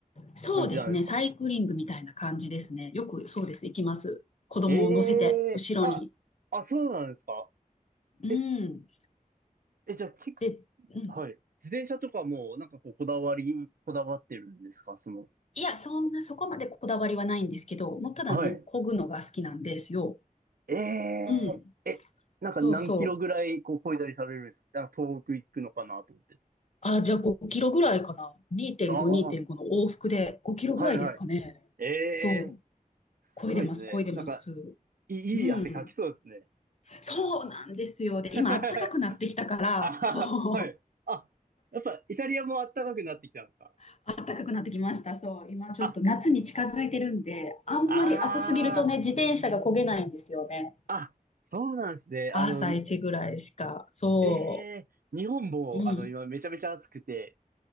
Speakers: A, on the left; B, on the right.
A: そうですね、
B: 感じなんですか
A: サイクリングみたいな感じですね。よくそうです、行きます。子供を乗せて、
B: ええーあ、
A: 後ろに。
B: あ、そうなんですか
A: うん。
B: え、え、じゃあ結
A: で、うん。
B: 構、はい。自転車とかも、なんかこう、こだわり、こだわってるんですかその、
A: いや、そんな、
B: そ
A: そこまでこだわりはないんですけど、もうただね、
B: はい。
A: 漕ぐのが好きなんですよ。
B: ええーえ、
A: うん。
B: なんか何キロぐらい、
A: そうそう。
B: こう、こいだりされるんですかなんか東北行くのかなと思って。
A: あ、じゃあ5キロぐらいかな。2.5、
B: ああ、
A: 2.5の往復で5キロぐらいですかね。
B: はいはい。え
A: そう
B: えーすごいですね。
A: 漕いでます、漕いでます。
B: なんか、いい、
A: うん。
B: いい汗かきそうですね。
A: そうなんですよ。で、
B: <laughs>
A: 今、暖かくなってきたから、
B: あー、
A: そう、
B: はい。あ、やっぱイタリアも暖かくなってきたんですか
A: <laughs> 暖かくなってきました。そう、今ちょっと夏に近づいてるんで、
B: あ、
A: あんまり暑すぎるとね、
B: あ
A: 自転車が漕げないんですよね。
B: あ、あ、そうなんですね。
A: 朝一ぐらいしか。
B: あの、
A: そ
B: ええー日本も、
A: う。うん。
B: あの、今めちゃめちゃ暑くて、